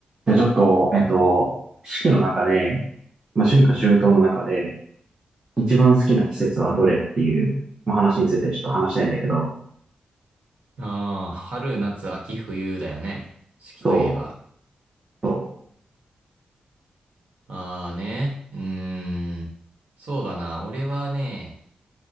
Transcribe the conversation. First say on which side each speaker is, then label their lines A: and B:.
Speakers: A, on the right; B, on the right.
A: じゃあちょっと、えっと、四季の中で、まあ、春夏秋冬の中で、一番好きな季節はどれっていう、まあ、話についてちょっと話したいんだけど、
B: ああ、春、夏、秋、冬だよね。四季といえば。
A: そう、そ
B: ああね。うーん。そうだな。俺はね、